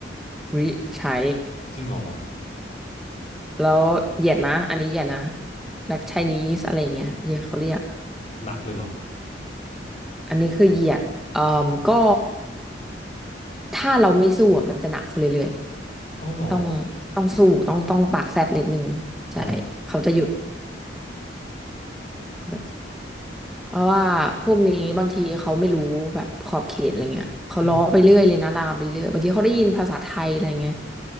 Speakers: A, in the centre; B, on the left.
A: ริใช้
B: จริงเหรอ
A: แล้วเหยียดนะอันนี้เหยียดนะ Black Chinese อะไรอย่างเงี้ยเดี๋ยวเขาเรียก
B: หนักเลยเหรอ
A: อันนี้คือเหยียดเอ่อก็ถ้าเราไม่สู้อะมันจะหนักขึ้นเรื่อย
B: เอ้าเหรอ
A: ต้องต้องสู้ต้องต้องปากแซบนิดนึงใช่เขาจะหยุด
B: อ๋อ
A: แบบเพราะว่าพวกนี้บางทีเขาไม่รู้แบบขอบเขตอะไรเงี้ยเขาล้อไปเรื่อยเลยนะลามไปเรื่อยบางทีเขาได้ยินภาษาไทยอะไรเงี้ย
B: อืม